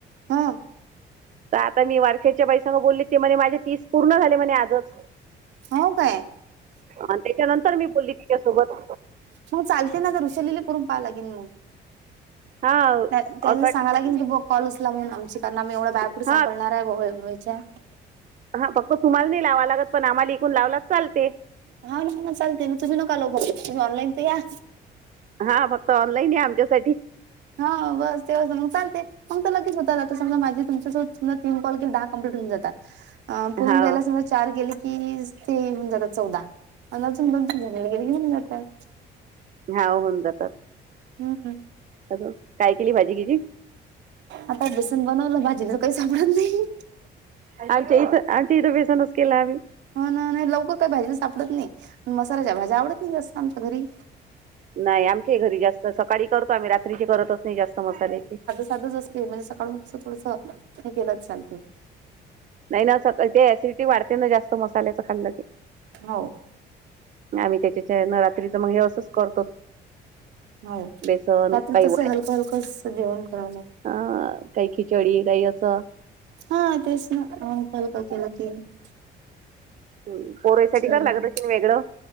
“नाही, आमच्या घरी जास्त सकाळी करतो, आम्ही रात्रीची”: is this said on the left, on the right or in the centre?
Right